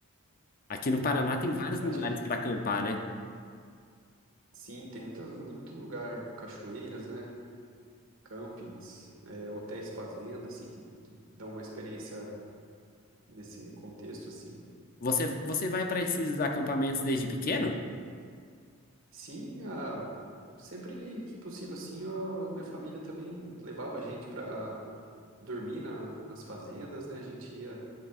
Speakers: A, on the left; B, on the right.
A: Aqui no Paraná
B: é uma,
A: tem vários
B: uma prática
A: lugares
B: muito
A: para
B: boa.
A: acampar, né?
B: Sim, tem muitas, muito lugar, cachoeiras, né? Campings, é, hotéis fazenda, assim, que, que dão uma experiência nesse contexto, assim.
A: Você, você vai para esses acampamentos desde pequeno?
B: Sim, a, sempre que possível, assim, a minha família também levava a gente para dormir na, nas fazendas, né? A gente ia.